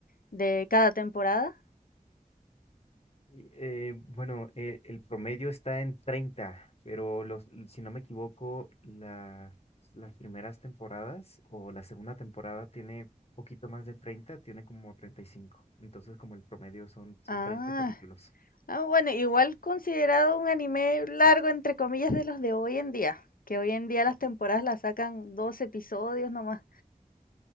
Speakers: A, on the left (about 75°); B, on the left (about 45°).
A: de cada temporada.
B: Y, eh, bueno, eh, el promedio está en 30, pero los, si no me equivoco, la- las primeras temporadas o la segunda temporada tiene poquito más de 30, tiene como 35. Entonces, como el promedio son, son
A: Ah.
B: treinta capítulos.
A: Ah, bueno, igual considerado un anime largo, entre comillas, de los de hoy en día, que hoy en día las temporadas las sacan dos episodios nomás.